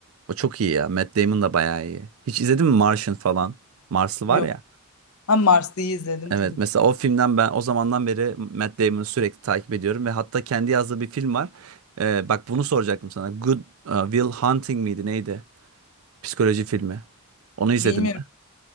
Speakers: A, on the right (about 80°); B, on the left (about 80°).
A: O çok iyi ya. Matt Damon da bayağı iyi. Hiç izledin mi Martian falan? Marslı var
B: Yok.
A: ya.
B: Ha Mars'ı izledim
A: Evet
B: tabii
A: mesela
B: ki.
A: o filmden ben o zamandan beri Matt Damon'ı sürekli takip ediyorum ve hatta kendi yazdığı bir film var. Ee, bak bunu soracaktım sana. Good uh, Will Hunting miydi neydi? Psikoloji filmi. Onu izledim
B: Bilmiyorum.
A: mi?